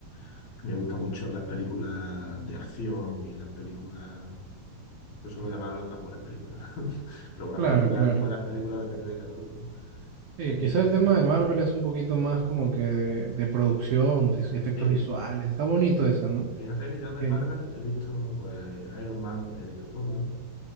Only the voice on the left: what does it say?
a mí me gustan mucho las películas de acción y las películas, yo suelo llamarlas las buenas películas, <laughs> pero buenas
películas,
buenas películas depende de cada uno, ¿no?
Eh,
eh,
sí,
fíjate que yo de
Marvel he visto pues Iron Man, he visto todas.